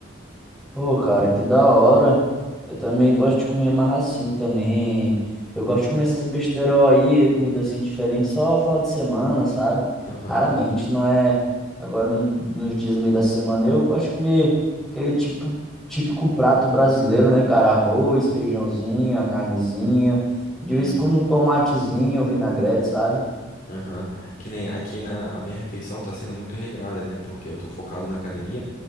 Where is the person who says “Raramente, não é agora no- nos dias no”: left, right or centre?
Centre